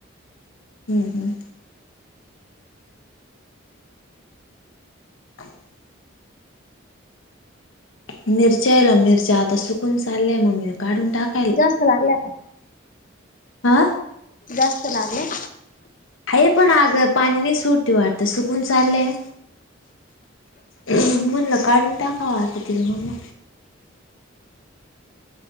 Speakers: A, on the left; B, on the left.
A: हं हं. <inaudible> मिरच्यायला मिरच्या आता सुकून चालल्या मम्मी काढून टाक
B: जास्त वाढला का?
A: आ?
B: जास्त लागलंय.
A: हे पण अगं पाणी नाही सुटती वाटतं सुकून चाललंय. म्हणलं काढून टाकावं आता तरी म्हणलं.